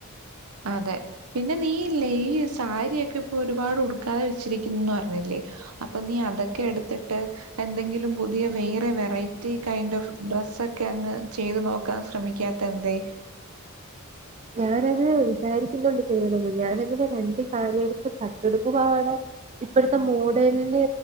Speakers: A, on the right (about 80°); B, on the right (about 30°).
A: അതെ പിന്നെ നീ ഇല്ലേ ഈ സാരിയൊക്കെ ഇപ്പൊ ഒരുപാട് ഉടുക്കാതെ വെച്ചിരിക്കുന്നുന്ന് പറഞ്ഞില്ലേ? അപ്പൊ നീ അതൊക്കെ എടുത്തിട്ട് എന്തെങ്കിലും പുതിയ വേറെ വെറൈറ്റി കൈൻഡ് ഓഫ് ഡ്രസ്സ് ഒക്കെ അങ്ങ് ചെയ്തു നോക്കാൻ ശ്രമിക്കാത്ത തെന്തേ
B: ഞാൻ അത് വിചാരിക്കുന്നുണ്ട് ചെയ്യണന്ന് ഞാൻ എങ്ങനെ രണ്ട് കാര്യടുത്ത് പട്ട്ടുപ്പ് പവാട ഇപ്പോഴത്തെ മോഡലിൽ